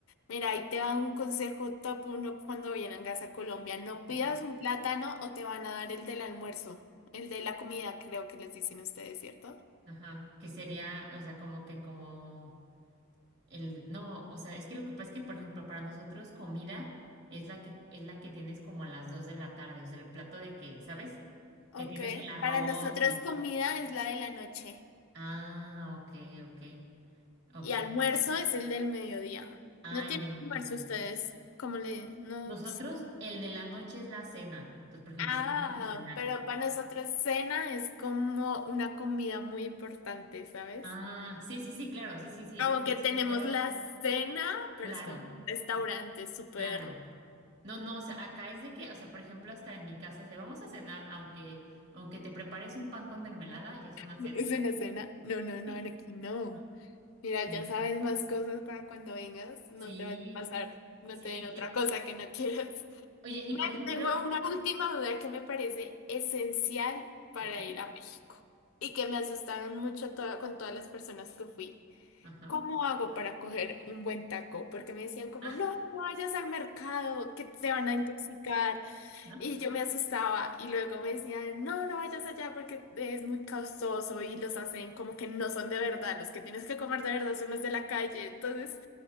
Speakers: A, on the left; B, on the right.
A: Mira, ahí te va un consejo top uno cuando vengas a Colombia. No pidas
B: ok.
A: un plátano o te van a dar el del almuerzo, el de la comida, creo que les dicen ustedes, ¿cierto?
B: Ajá. Que sería, o sea, como que como el, no, o sea, es que lo que pasa es que, por ejemplo, para nosotros comida es la que, es la que tienes como a las 2 de la tarde. O sea, el plato de que, ¿sabes?
A: Ok.
B: Que tienes el arroz
A: Para nosotros
B: y.
A: comida es la de la noche.
B: Ah, ok, ok. Ok.
A: Y almuerzo es el del mediodía.
B: Ah,
A: ¿No tienen
B: el del mediodía.
A: almuerzo ustedes? Como le... No...
B: Nosotros, el de la noche es la cena. Entonces, por ejemplo,
A: Ah,
B: vamos a cenar.
A: pero para nosotros cena es como una comida muy importante, ¿sabes?
B: Ah, sí, sí, sí, claro, sí, sí, sí.
A: Como
B: Como
A: que
B: si
A: tenemos
B: dijeras,
A: la cena, pero
B: claro,
A: es como un restaurante súper...
B: claro. No, no, o sea, acá es de que, o sea, por ejemplo, hasta en mi casa es de vamos a cenar, aunque, aunque te prepares un pan con mermelada, ya es
A: <laughs>
B: una cena.
A: ¿Es una cena? No, no, no,
B: Sí.
A: en aquí no.
B: ¿no?
A: Mira,
B: Sí,
A: ya sabes más cosas para cuando vengas. No
B: sí,
A: te vaya a pasar, no
B: sí.
A: te den otra
B: que-
A: cosa que no <laughs> quieras.
B: Oye, y
A: Me
B: por ejemplo,
A: tengo una última duda que me parece esencial para
B: ok,
A: ir a México y que me asustaron mucho toda- con todas las personas que fui.
B: ajá.
A: ¿Cómo hago para coger un buen taco? Porque me decían como,
B: Ah,
A: no, no vayas al mercado, que te van a intoxicar.
B: ¿no?
A: Y yo me asustaba y luego me decían, no, no vayas allá porque es muy costoso y los hacen como que no son de verdad. Los que tienes que comer de verdad son los de la calle. Entonces,